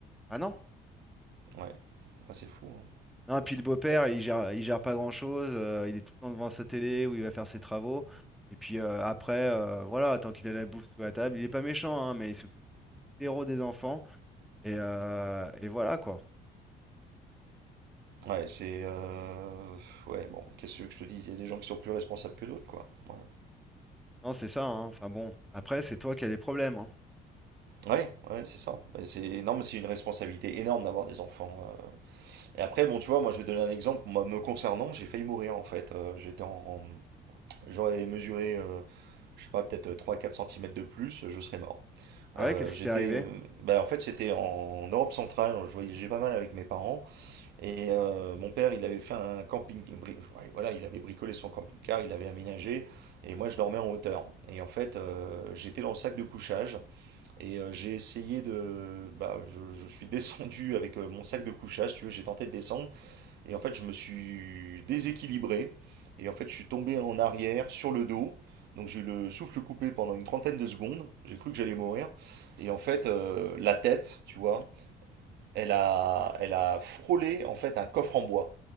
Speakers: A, in the centre; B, on the right.
A: Ah non.
B: Ouais, Bah, c'est fou. hein.
A: Non, et puis le beau-père, il gère, il gère pas grand-chose, euh, il est tout le temps devant sa télé où il va faire ses travaux. Et puis euh, après, euh, voilà, tant qu'il a la bouffe sous la table, il est pas méchant, hein, mais il s'occupe zéro des enfants. Et, euh, et voilà quoi.
B: Ouais, c'est. euh, Ouais, bon, qu'est-ce que je te dis? Il y a des gens qui sont plus responsables que d'autres, quoi. Ouais.
A: Non, c'est ça, hein. Enfin bon, après, c'est toi qui as les problèmes. hein.
B: Ouais, ouais, c'est ça. Ouais, C'est énorme, c'est une responsabilité énorme d'avoir des enfants. euh. Et après, bon, tu vois, moi, je vais donner un exemple. Moi, me concernant, j'ai failli mourir, en fait. Euh, j'étais en... en- J'aurais mesuré, euh, je sais pas, peut-être trois, quatre centimètres de plus, je serais mort.
A: Ah
B: Euh,
A: ouais, qu'est-ce
B: j'étais...
A: qui t'est arrivé?
B: euh, bah, en fait, c'était en Europe centrale. Je voyageais pas mal avec mes parents. Et euh, mon père, il avait fait un camping, bri- ouais, voilà, il avait bricolé son camping-car, il avait aménagé, et moi je dormais en hauteur. Et en fait, euh, j'étais dans le sac de couchage, et euh, j'ai essayé de, bah, je, je suis <laughs> descendu avec euh, mon sac de couchage, si tu veux, j'ai tenté de descendre, et en fait, je me suis déséquilibré, et en fait, je suis tombé en arrière sur le dos. Donc j'ai eu le souffle coupé pendant une trentaine de secondes, j'ai cru que j'allais mourir, et en fait euh, la tête, tu vois, elle a, elle a frôlé en fait un coffre en bois.